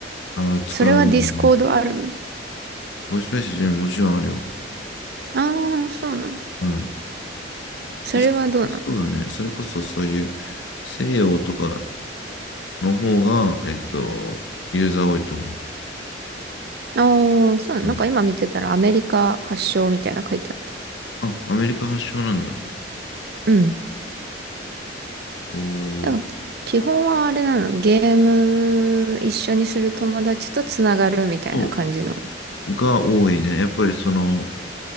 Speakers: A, on the left; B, on the right.
A: ああ、使うよね。
B: それはディスコードあるの
A: ボイスメッセージももちろんあるよ。
B: ああ、そうなんだ。
A: うん。
B: それはどうなの
A: 忙しそうだね。それこそそういう西洋とかの方が、えっと、ユーザー多いと思う。
B: ああー、そうなの。
A: うん、
B: なんか今見てたらアメリカ発祥みたいな書いてあった。
A: あ、アメリカ発祥なんだ。
B: うん。
A: こう、
B: なんか基本はあれなの。ゲーム一緒にする友達とつながるみたいな感じの。
A: そう、が多いね。やっぱりその、